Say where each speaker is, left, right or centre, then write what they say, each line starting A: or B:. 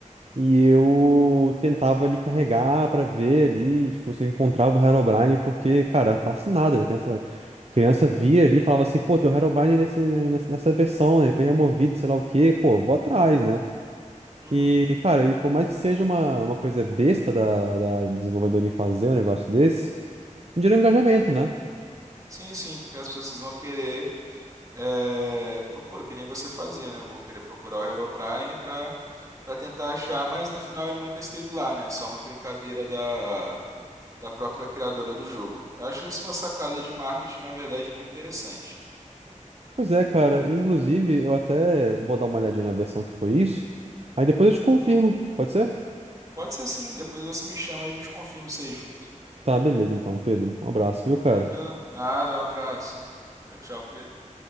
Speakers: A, on the right; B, on the right.
A: E eu tentava ali carregar pra ver ali, tipo, se eu encontrava o Herobrine, porque, cara, fascinado, né? Criança, criança via ali e falava assim, pô, tem o Herobrine nesse, nessa, nessa versão, né? Foi removido, sei lá o quê, pô, vou atrás, né?
B: Uhum.
A: E, cara, e por mais que seja uma, uma coisa besta da, da desenvolvedora em fazer um negócio desse, gera um engajamento, né?
B: Sim, sim, porque as pessoas vão querer é, procurar, que nem você fazia, né? Vão querer procurar o Herobrine pra, pra tentar achar, mas no final ele nunca esteve lá, né? É Só uma brincadeira da, da própria criadora do jogo. Eu acho isso uma sacada de marketing, na verdade, muito interessante.
A: Pois é, cara, inclusive eu até vou dar uma olhadinha na versão que foi isso, aí depois eu te confirmo,
B: Uhum.
A: pode ser?
B: Pode ser sim, depois você me chama e a gente confirma isso aí junto.
A: Tá, beleza então, Pedro. Um abraço, viu, cara?
B: Tranquilo? Nada, um abraço. Tchau, tchau, Pedro.